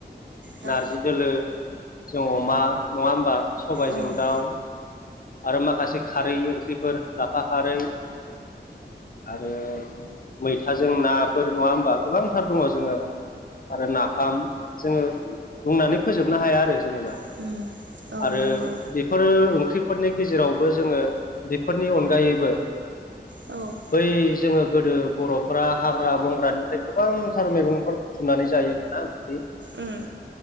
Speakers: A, on the right (about 80°); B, on the left (about 50°).
A: औ
B: नारजि
A: उम औ
B: दोलोजों अमा नङा होमबा सबायजों
A: उम
B: दाउ
A: उम
B: आरो माखासे खारै ओंख्रिफोर लाफा खारै आरो मैथाजों नाफोर नङा होमबा गोबांथार दङ' जोङो आरो नाफाम जोङो बुंनानै फोजोबनो हाया आरो जेनेबा।
A: <inaudible>
B: आरो
A: नंगौ
B: बेफोर ओंख्रिफोरनि गेजेरावबो जोङो बेफोरनि अनगायैबो
A: औ
B: बै जोङो गोदो बर'फोरा हाग्रा बंग्रानिफ्राय गोबांथार मैगंफोर बुथुमनानै जायोमोन दा बि
A: उम